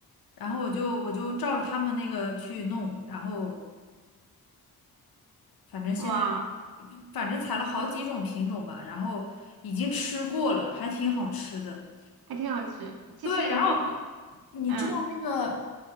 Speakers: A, on the left (about 75°); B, on the right (about 85°).
A: 然后我就我就照着他们那个去弄，然后反正现在
B: 哇，
A: 反正采了好几种品种吧，然后已经吃过了，还挺好吃的。
B: 还挺好吃。其实菌，
A: 对，然后你知道那个
B: 嗯，